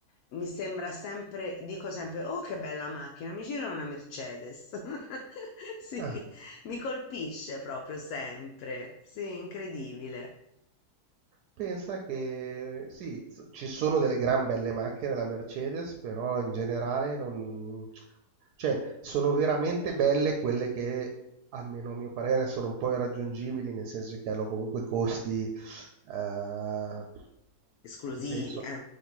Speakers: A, on the left; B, on the right.
A: mi sembra sempre, dico sempre, oh che bella macchina, mi gira una Mercedes. <laughs> Sì,
B: Ah.
A: mi colpisce proprio sempre. Sì, incredibile.
B: Pensa che sì, s- ci sono delle gran belle macchine della Mercedes, però in generale non... cioè, sono veramente belle quelle che, almeno a mio parere, sono un po' irraggiungibili, nel senso che hanno comunque costi, eh, al-
A: Esclusivi,
B: penso...
A: eh.